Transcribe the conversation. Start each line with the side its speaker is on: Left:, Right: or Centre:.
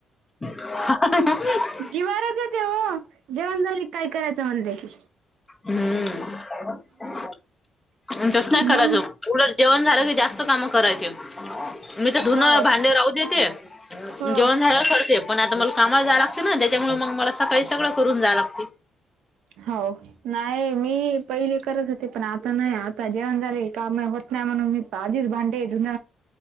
Left: हा हा ह.
Right: जिवारच येते ओ हो जेवण झाले की काय करायचं म्हले कि
Left: हम्म अन तस नाही
Right: मग
Left: करायच. उलट जेण झालं की जास्त कामं करायची. मी तर धुनं
Right: हो
Left: भांडे राहूदेते जेवण
Right: हो
Left: झाल्यावर करते. पण आता मला कामाला जा लागते ना त्याच्यामुळे मग मला सकाळी सगळं करून जाय लागते.
Right: हो नाही मी पहिले करत हो. ते पण आता नाही आता जेवण झाले की काम होत नाही म्हणून मी आधीस भांडे धून